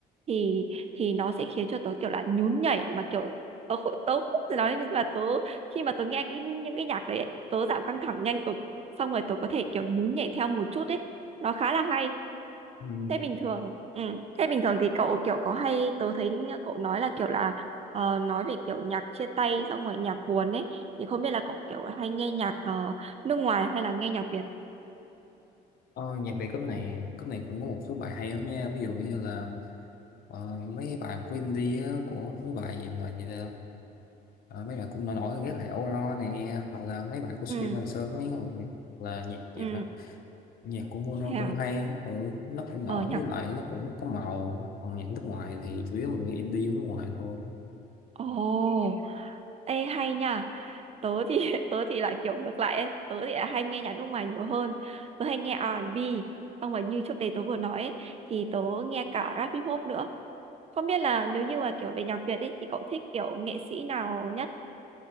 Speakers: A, on the right (about 40°); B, on the left (about 60°).
A: thì thì nó sẽ khiến cho tớ kiểu là nhún nhảy mà kiểu tớ không- tớ không thể nói nhưng mà tớ khi mà tớ nghe cái những cái nhạc đấy ấy, tớ giảm căng thẳng nhanh cực xong rồi tớ có thể kiểu nhún nhảy theo một chút ấy nó khá là hay
B: ừ.
A: thế bình thường ừ. thế bình thường thì cậu kiểu có hay tớ thấy cậu nói là kiểu là ờ, nói về kiểu nhạc chia tay xong rồi nhạc buồn ấy thì không biết là cậu kiểu hay nghe nhạc ờ, nước ngoài hay là nghe nhạc Việt
B: ờ, nhạc Việt cấp này cấp này cũng có một số bài hay lắm nha ví dụ như là ờ, mấy bài của indie á, của mấy bài gì mà gì là ờ, mấy bài cũng nổi nổi rất là Âu Lo nè hoặc là mấy bài của
A: ừ
B: Subin Hoàng Sơn ấy hoặc là nhạc gì
A: ừ
B: đó nhạc của Mono
A: thế à
B: cũng hay ừ, nó cũng nổi
A: ờ nhạc
B: với lại nó cũng có màu còn nhạc nước ngoài thì chủ yếu mình nghe indie của nước ngoài thôi
A: ồ ê hay nha tớ thì <laughs> tớ thì lại kiểu ngược lại ấy. tớ thì lại hay nghe nhạc nước ngoài nhiều hơn tớ hay nghe R&B xong rồi như trước đây tớ vừa nói ấy, thì tớ nghe cả rap hip hop nữa không biết là nếu như mà kiểu về nhạc Việt ấy thì cậu thích kiểu nghệ sĩ nào nhất